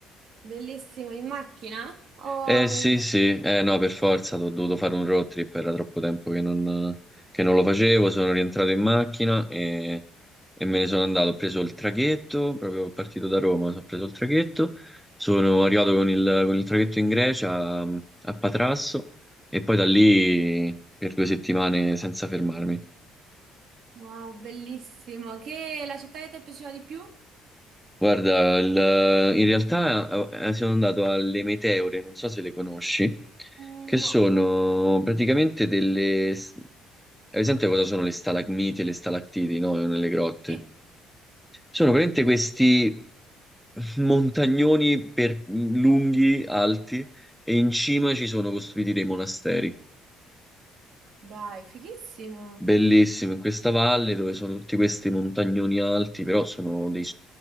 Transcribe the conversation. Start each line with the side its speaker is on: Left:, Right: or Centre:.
Right: Bellissimo, in macchina? Oh,
Centre: Eh sì,
Right: eh,
Centre: sì, eh no, per forza, ho dovuto fare un road trip, era troppo tempo che non, che non lo facevo, sono rientrato in macchina e, e me ne sono andato. Ho preso il traghetto, proprio partito da Roma, sono preso il traghetto, sono arrivato con il, con il traghetto in Grecia a a Patrasso e poi da lì per due settimane senza fermarmi.
Right: wow, bellissimo. Che la città che ti è piaciuta di più?
Centre: Guarda, il- in realtà eh, sono andato alle meteore, non so se le conosci,
Right: Mm,
Centre: che sono
Right: No,
Centre: praticamente delle... Hai presente cosa sono le stalagmiti e le stalattiti, no? Nelle grotte.
Right: Sì.
Centre: Sono praticamente questi montagnoni per- lunghi, alti, e in cima ci sono costruiti dei monasteri.
Right: Dai, fighissimo.
Centre: Bellissimo, in questa valle dove sono tutti questi montagnoni alti, però sono dei,